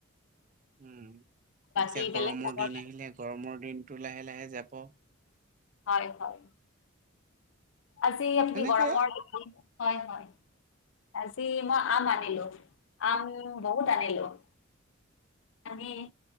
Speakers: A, on the right; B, on the left.
A: উম
B: বাকী
A: এতিয়া
B: বেলেগ
A: গৰমৰ
B: খবৰ
A: দিন আহিলে। গৰমৰ দিনটো লাহে লাহে যাব।
B: হয় হয়। আজি আপুনি
A: এনেকে
B: গৰমৰ হয় হয় আজি মই আম লো আম বহুত আনিলো। আনি